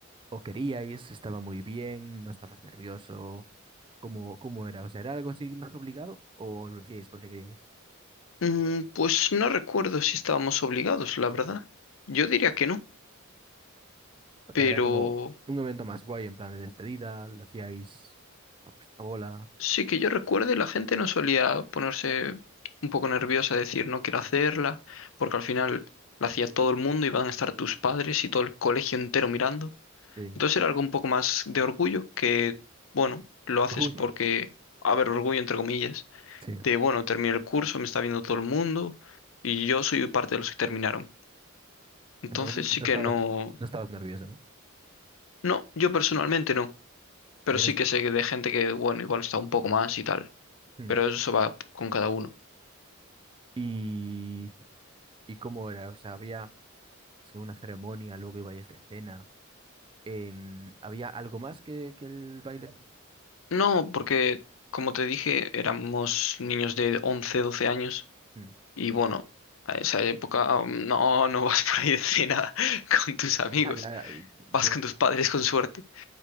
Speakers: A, on the right; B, on the left.
A: o queríais? ¿Estaba muy bien? ¿No estabas nervioso? ¿Cómo, cómo era? O sea, ¿era algo así más obligado o lo hacíais porque queríais?
B: Mm, pues no recuerdo si estábamos obligados, la verdad. Yo diría que no,
A: O
B: pero...
A: sea, era como un evento más guay en plan de despedida, lo hacíais a vuestra bola.
B: Sí, que yo recuerde, la gente no solía ponerse un poco nerviosa, decir no quiero hacerla, porque al final la hacía todo el mundo, iban a estar tus padres y todo el colegio entero mirando.
A: Sí.
B: Entonces era algo un poco más de orgullo que, bueno, lo haces
A: <laughs> Uy,
B: porque, a ver, orgullo entre comillas,
A: Sí.
B: de, bueno, terminé el curso, me está viendo todo el mundo y yo soy parte de los que terminaron. Entonces
A: Entonces
B: sí
A: no
B: que
A: estabas,
B: no,
A: no estabas nervioso, ¿no?
B: no, yo personalmente no, pero
A: Y
B: sí
A: eres...
B: que sé que de gente que, bueno, igual está un poco más y tal,
A: Mm.
B: pero eso va con cada uno.
A: ¿Y, y cómo era? O sea, había sí, una ceremonia, luego ibais de cena. em, ¿había algo más que, que el baile?
B: No, porque como te dije, éramos niños de 11, 12 años
A: Mm.
B: y bueno, a esa época um, no, no <laughs> vas por ahí de cena <laughs> con tus amigos,
A: Ya, ya, eh, yo,
B: vas con tus padres con suerte